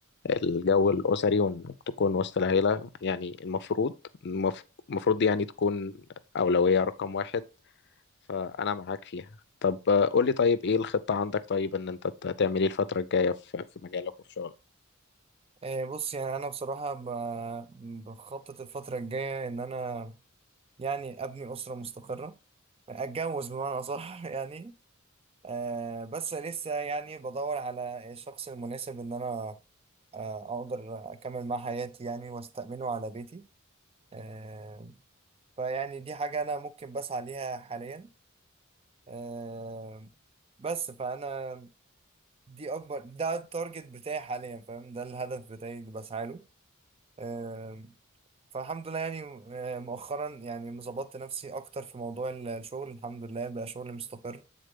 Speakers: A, on the left; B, on the right.
A: الجو الاسري وانك تكون وسط العيله يعني المفروض المف- المفروض دي يعني تكون اولويه رقم واحد فانا معاك فيها طب آه، قولي طيب ايه الخطه عندك طيب ان انت ت- تعمل ايه الفتره الجايه في في مجالك وفي شغلك
B: آه، بص يعني انا بصراحه ب- بخطط الفتره الجايه ان انا يعني ابني اسره مستقره اتجوز بمعنى اصح <laughs> يعني آه، بس لسه يعني بدور على الشخص المناسب ان انا آه، اقدر اكمل مع حياتي يعني واستأمنه على بيتي آه، فيعني دي حاجة انا ممكن بسعى ليها حاليا آه، بس فانا دي اكبر ده التارجت بتاعي حاليا فاهم ده الهدف بتاعي اللي بسعى له آه، فالحمد لله يعني آه، مؤخرا يعني ظبطت نفسي اكتر في موضوع ال- الشغل الحمد لله بقى شغل مستقر